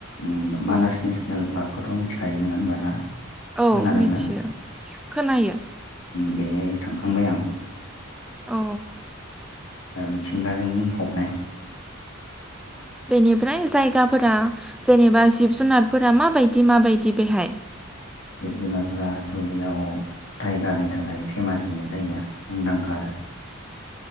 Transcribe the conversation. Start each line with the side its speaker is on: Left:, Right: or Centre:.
Left: उम मानास
Centre: औ
Left: नेसनेल पार्कखौथ' मिथिखायो ङा होनब ना।
Centre: औ
Left: खोनादोंना
Centre: मिथियो खोनायो।
Left: बे थांखांबाय आं।
Centre: औ।
Left: मिथिंगाजों बुंफबनाय।
Centre: बेनिफ्राय जायगाफोरा जेनेबा जिब जुनारफोरा माबायदि माबायदि बेहाय।
Left: जिब जुनारफोराथ' बेयाव टाइगारनि थाखाय फेमास बे जायगाया मुंदांखा आरो।
Centre: <inaudible>